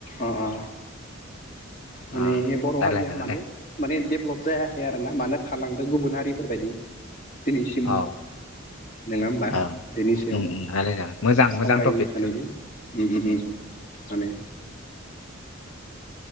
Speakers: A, on the left; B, on the left.
A: अ अ। माने
B: अ
A: बर
B: रायलायजागोन
A: हारिया मानो
B: दे
A: माने डेभलप जायाखै आरो ना मानो थालांदों गुबुन हारिफोरबायदि। दिनैसिमबो
B: औ
A: नङा होमबा
B: ओं
A: बेनि सायाव
B: उम उम रायलायजागोन मोजां
A: सावरायनो
B: मोजां टपिक
A: सानैजों
B: जागोन
A: उम माने